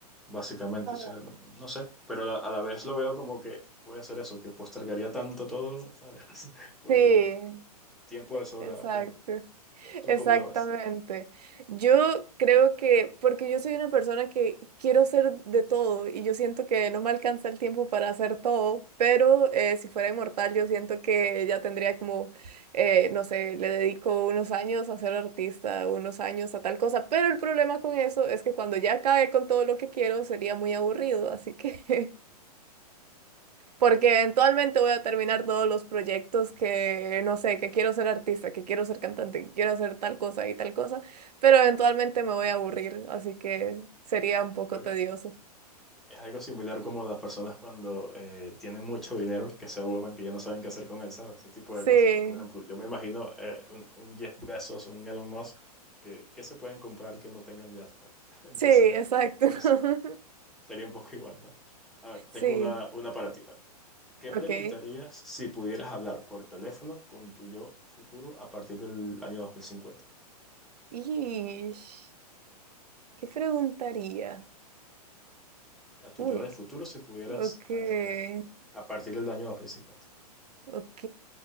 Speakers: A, in the centre; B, on the right.
A: básicamente.
B: <laughs>
A: O sea, no sé, pero a la, a la vez lo veo como que puede ser eso, que postergaría tanto todo, ¿sabes? <laughs> Porque
B: sí,
A: tiempo de sobra
B: exacto.
A: tengo. ¿Tú
B: Exactamente.
A: cómo lo ves?
B: Yo creo que, porque yo soy una persona que quiero hacer de todo y yo siento que no me alcanza el tiempo para hacer todo, pero eh, si fuera inmortal yo siento que ya tendría como, eh, no sé, le dedico unos años a ser artista, unos años a tal cosa, pero el problema con eso es que cuando ya acabe con todo lo que quiero sería muy aburrido, así que porque eventualmente voy a terminar todos los proyectos que, no sé, que quiero ser artista, que quiero ser cantante, que quiero hacer tal cosa y tal cosa, pero eventualmente me voy a aburrir, así que sería un poco
A: Creo
B: tedioso.
A: que es algo similar como las personas cuando eh, tienen mucho dinero que se aburren, que ya no saben qué hacer con él, ¿sabes? Ese tipo
B: Sí,
A: de cosas. Por ejemplo, yo me imagino eh, un, un Jeff Bezos, un Elon Musk, que, que se pueden comprar que no tengan ya, ¿sabes? <laughs> Entonces,
B: sí,
A: es
B: exacto.
A: un poco
B: <laughs>
A: eso. Sería un poco igual, ¿no? A ver, tengo
B: Sí,
A: una, una para ti. A ver, ¿qué
B: ok.
A: preguntarías si pudieras hablar por teléfono con tu yo futuro a partir del año 2050?
B: Ish, ¿qué preguntaría?
A: A tu
B: Uy,
A: yo del futuro si pudieras
B: ok,
A: eh, a partir del año 2050.
B: ok.